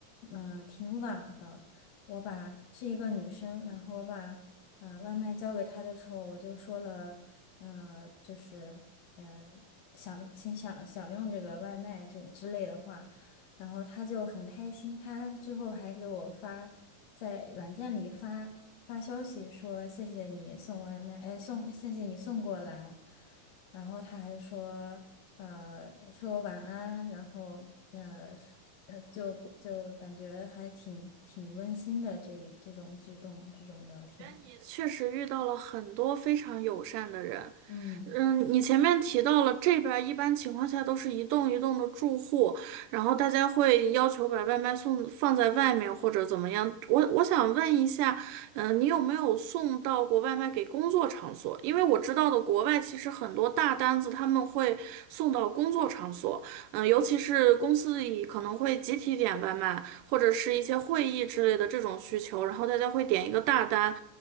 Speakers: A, on the left; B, on the right.
A: 嗯、挺晚的，我把是一个女生，然后我把呃外卖交给她的时候，我就说了，呃就是呃想请享享用这个外卖这之类的话。然后他就很开心，他之后还给我发，在软件里发发消息说谢谢你送外卖，哎，送谢谢你送过来，然后他还说，呃，说晚安，然后呃呃，就就感觉还挺挺温馨的这一这种举动，这种聊天，
B: 也确实遇到了很多非常友善的人。
A: 嗯。
B: 嗯，你前面提到了这边儿一般情况下都是一栋一栋的住户，然后大家会要求把外卖送放在外面或者怎么样。我我想问一下，嗯，你有没有送到过外卖给工作场所？因为我知道的国外其实很多大单子他们会送到工作场所。嗯，尤其是公司里可能会集体点外卖，或者是一些会议之类的这种需求，然后大家会点一个大单，